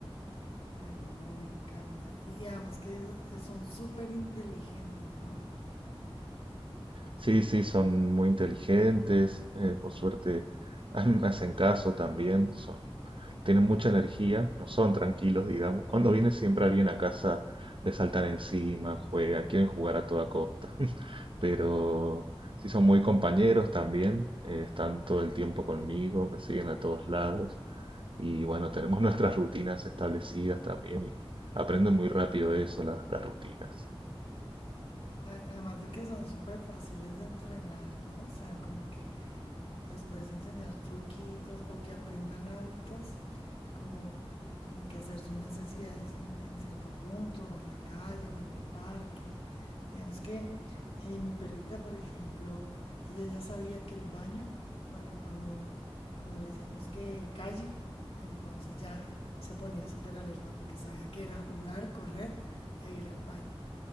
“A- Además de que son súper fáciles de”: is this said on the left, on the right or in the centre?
Left